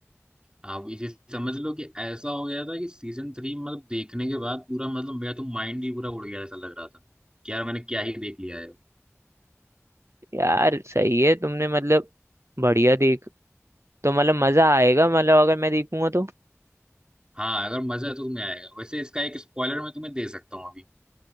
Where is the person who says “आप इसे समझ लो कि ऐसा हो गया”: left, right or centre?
Right